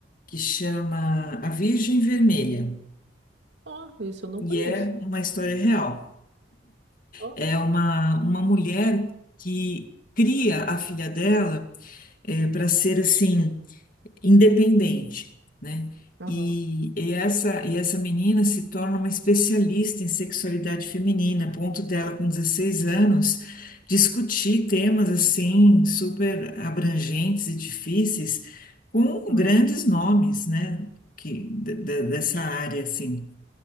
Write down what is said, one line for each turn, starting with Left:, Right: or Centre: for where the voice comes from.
Left: que chama A Virgem Vermelha,
Right: Ah, isso eu não
Left: e
Right: conheço.
Left: é uma história real.
Right: Ó,
Left: É uma, uma mulher que cria a filha dela para ser assim. independente, né?
Right: Aham,
Left: E, e essa, e essa menina se torna uma especialista em sexualidade feminina, a ponto dela, com 16 anos, discutir temas assim super abrangentes e difíceis com
Right: aham.
Left: grandes nomes, né? Que, de- de- dessa área, assim.